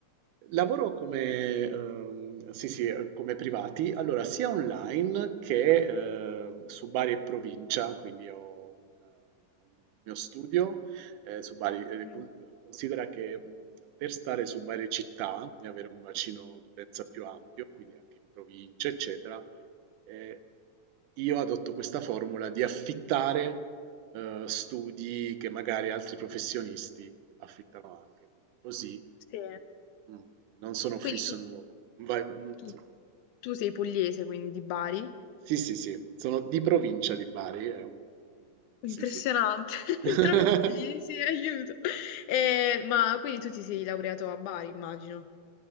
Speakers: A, on the right (about 85°); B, on the left (about 80°).
A: Lavoro come, ehm, sì, sì, eh, come privati, allora sia online che eh, su Bari e provincia, quindi ho un, un mio studio eh, su Bari. Eh,
B: Mm,
A: con- Considera che mh, per stare su Bari città e avere un bacino d'utenza più ampio, quindi anche in provincia, eccetera, eh, io adotto questa formula di affittare eh, studi che magari altri professionisti affittano anche, quindi così
B: Sì.
A: Mh, non sono fisso
B: Quindi tu...
A: in un luogo. Vai, mhmm,
B: Tu,
A: sì.
B: tu sei pugliese, quindi di Bari.
A: Sì, sì, sì, sono di provincia di Bari, è un mhmm,
B: Impressionante,
A: sì, sì.
B: <laughs>
A: <laughs>
B: entrambi pugliesi, aiuto. Eh, ma quindi tu ti sei laureato a Bari, immagino.